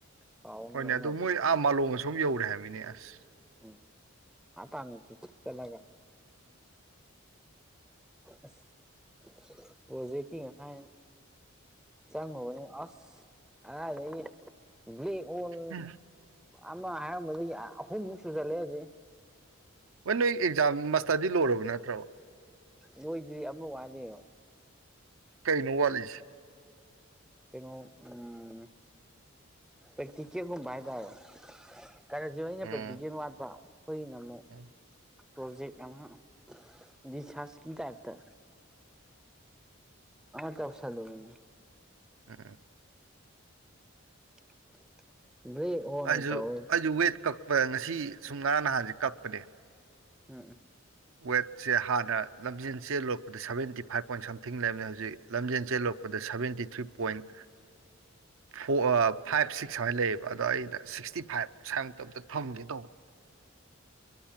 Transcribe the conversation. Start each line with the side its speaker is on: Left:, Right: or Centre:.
Centre: ꯄꯥꯎ ꯑꯃ
Right: ꯍꯣꯏꯅꯦ
Centre: ꯂꯧꯅꯕꯗ
Right: ꯑꯗꯣ ꯃꯣꯏ ꯑꯥ ꯃꯥꯂꯣ ꯑꯁꯨꯝ ꯌꯧꯔꯦ ꯍꯥꯏꯕꯅꯤꯅꯦ ꯑꯁ
Centre: ꯎꯝ ꯑꯇꯥꯟꯅ ꯆꯠꯂꯒ ꯑꯁ ꯄ꯭ꯔꯣꯖꯦꯛꯀꯤ ꯉꯁꯥꯏꯅ꯫ ꯆꯪꯉꯨꯕꯅꯤ ꯑꯁ ꯑꯥ ꯍꯂꯥꯛꯏ ꯕ꯭ꯂꯦꯛ ꯍꯣꯜ
Right: ꯎꯝ
Centre: ꯑꯃ ꯍꯥꯏꯔꯝꯕꯗꯒꯤ ꯑꯍꯨꯝꯃꯨꯛ ꯁꯨꯖꯜꯂꯦꯑꯦ ꯍꯧꯖꯤꯛ
Right: ꯍꯣꯏ ꯅꯣꯏ ꯑꯦꯛꯖꯥꯝ ꯃꯁꯇꯔꯗꯤ ꯂꯣꯏꯔꯕ ꯅꯠꯇ꯭ꯔꯕ
Centre: ꯂꫭꯏꯗ꯭ꯔꯤ ꯑꯃ ꯋꯥꯠꯂꯤꯕ
Right: ꯀꯩꯅꫭ ꯋꯥꯠꯂꯤꯁꯦ ‌꯫
Centre: ꯀꯩꯅꯣ ꯎꯝ ꯄꯦꯛꯇꯤꯀꯦꯜ ꯀꯨꯝꯕ ꯍꯥꯏ ꯇꯥꯔꯦ꯫ ꯀ꯭ꯔꯅꯖꯤꯠ ꯍꫭꯏꯅ
Right: ꯎꯝ
Centre: ꯄꯦꯛꯇꯤꯀꯦꯜ ꯋꯥꯠꯄ ꯑꯩꯈꫭꯏꯅꯃꯨꯛ
Right: ꯎꯝ
Centre: ꯄꯣꯖꯦꯛ ꯑꯃ ꯔꯤꯁꯆ ꯀꯤ ꯇꯥꯞꯇꯥ꯫ ꯑꯃꯥ ꯆꯞꯁꯗꯅꯤ
Right: ꯎ
Centre: <unintelligible>
Right: ꯑꯩꯁꯨ
Centre: ꯇꯧꯋꯦ
Right: ꯑꯩꯁꯨ ꯋꯦꯠ ꯀꯛꯄ ꯉꯁꯤ ꯁꯨꯝ ꯉꯔꯥ ꯅꯍꯥꯟꯁ ꯀꯛꯄꯅꯦ
Centre: ꯎꯝ ꯎꯝ
Right: ꯋꯦꯠꯁꯦ ꯍꯥꯟꯅ ꯂꯝꯖꯦꯟ ꯆꯦꯜꯂꯄꯗ ꯁꯕꯦꯟꯇꯤ ꯐꯥꯏꯚ ꯄꯣꯏꯟ ꯁꯝꯊꯤꯡ ꯂꯩꯕ ꯍꯧꯅꯤ ꯍꯧꯖꯤꯛ ꯂꯝꯖꯦꯟ ꯆꯦꯜꯂꯛꯄꯗ ꯁꯚꯦꯟꯇꯤ ꯊ꯭ꯔꯤ ꯄꯣꯏꯟ ꯐ ꯐꯥꯏꯚ ꯁꯤꯛꯁ ꯁꯨꯃꯥꯏꯅ ꯂꯩꯌꯦꯕ ꯑꯗꯣ ꯑꯩꯅ ꯁꯤꯛꯁꯇꯤ ꯐꯥꯏꯚ ꯁꯥꯡ ꯇꯞꯇ ꯊꯝꯒꯦ ꯇꯧꯕ